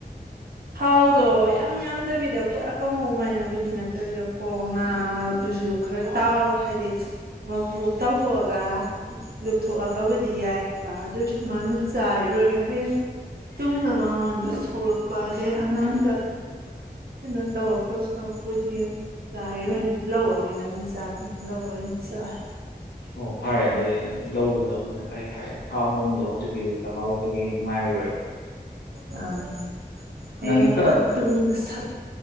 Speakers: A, on the right (about 70°); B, on the left (about 75°).
A: ꯊꯥꯎꯗꯣ ꯌꯥꯝ ꯌꯥꯝꯗꯕꯤꯗ ꯄꯨꯔꯥ ꯀꯥꯡꯉꯧꯃꯥꯏꯅꯕꯨꯗꯤ ꯅꯠꯇꯕꯤꯗꯀꯣ ꯉꯥꯗꯨꯁꯨ ꯈꯔ ꯇꯥꯎ ꯍꯥꯏꯗꯤ ꯉ ꯇꯥꯎꯊꯣꯛꯑꯒ ꯂꯨꯞꯊꯣꯛꯑꯒꯕꯨꯗꯤ ꯌꯥꯏ ꯍꯥꯏꯕ ꯑꯗꯨꯏꯁꯨ ꯃꯥꯅ ꯆꯥꯔꯤꯔꯣꯏꯒꯦ ꯍꯌꯦꯡ ꯇꯨꯡꯅ ꯃꯉꯣꯟꯗ ꯑꯗꯦ ꯑꯉꯥꯡꯒ ꯀꯩꯅꯣ ꯇꯧꯔꯛꯇꯧ ꯁꯔꯛꯄꯨꯗꯤ ꯆꯥꯏꯔꯣꯏꯅ ꯂꯧꯔ ꯑꯣꯏꯅ ꯑꯗꯨꯝ ꯆꯥꯒ ꯂꯧꯔꯣꯏ ꯑꯣꯏꯅ ꯆꯥꯏ
B: ꯑꯣ ꯐꯔꯦ ꯑꯗꯨ ꯂꯧꯕꯗꯨꯅꯕꯨꯗꯤ ꯐꯩ ꯍꯥꯏ ꯊꯥꯎ ꯅꯨꯡꯗꯕ ꯍꯧꯖꯤꯛꯀꯤ ꯆꯥꯛꯈꯥꯎ ꯆꯀꯦ ꯅꯨꯡꯉꯥꯏꯔꯨꯔꯣꯏꯦꯕ
A: ꯑꯥ ꯍꯌꯦꯡ
B: ꯅꯪꯒꯤ ꯀꯩꯅꯣ
A: ꯃꯥ ꯇꯨꯡꯗ ꯁꯛ